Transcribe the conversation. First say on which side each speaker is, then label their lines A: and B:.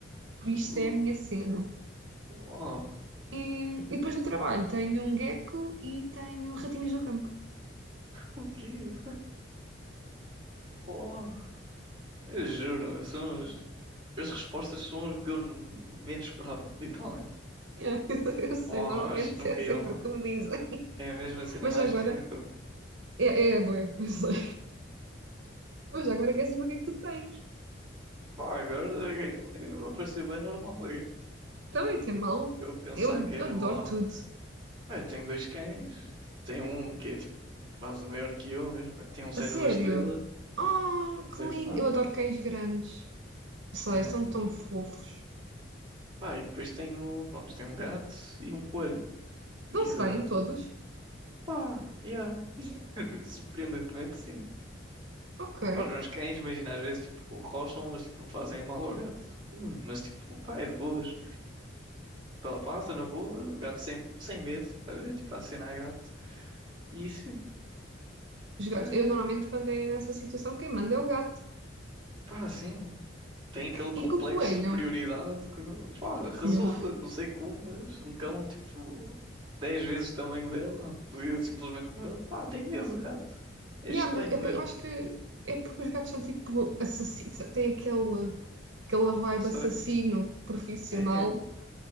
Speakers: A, on the right; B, on the right.
A: Fu,
B: Isto é a minha cena.
A: Uau.
B: E, e depois no trabalho
A: Pá,
B: tenho um gecko e tenho ratinhos do campo. <laughs>
A: O quê? Uau. Eu juro, são uns. As respostas são as que eu não- menos esperava, literalmente.
B: Yeah, eu sei,
A: Uau,
B: normalmente
A: acho que nunca
B: é sempre
A: ia lá.
B: o que me dizem.
A: É a mesma cena
B: Mas
A: mais
B: já agora,
A: random.
B: é, é bué, eu sei. Mas agora quer saber o que é que tu tens.
A: Pá, agora <laughs> eu vou parecer bem normal.
B: Também tem mal.
A: Eu pensar
B: Eu
A: que era
B: adoro
A: uau.
B: tudo.
A: Ué, tenho dois cães. Tem um que é tipo quase maior que eu mesmo. Tem um Serra
B: A sério?
A: da Estrela.
B: Oh,
A: Não
B: que
A: sei
B: lindo!
A: se sabes.
B: Eu adoro cães grandes. Sei,
A: É.
B: são tão fofos.
A: Pá, e depois tenho, pronto, tenho um gato e um coelho.
B: Dão-se
A: Que era.
B: bem, todos?
A: Pá, yeah. <laughs> Surpreendentemente, sim.
B: Ok.
A: Pá, os meus cães, imagina, às vezes, tipo, rosnam, mas, tipo, não fazem mal ao gato. <clears throat> Hum, Mas, tipo, pá, é de boas. Tipo, ela passa na boa, o gato sem, sem medo, tá a ver? Tipo, a acenar gato. E sim,
B: Os gatos.
A: vai,
B: Eu
A: é.
B: normalmente, quando é nessa situação, quem manda é o gato
A: Pá, sim. Tem aquele complexo
B: e com o coelho.
A: de superioridade que, pá, resulta,
B: Yeah.
A: não sei como, mas um cão, tipo, 10 vezes o tamanho dela, podia simplesmente com ele, pá, tem medo do gato. É
B: Yeah,
A: estranho
B: mas é
A: mesmo.
B: pa- eu acho que é porque os gatos são tipo assassinos, têm aquele, aquela vibe
A: Não sei.
B: assassino profissional
A: É,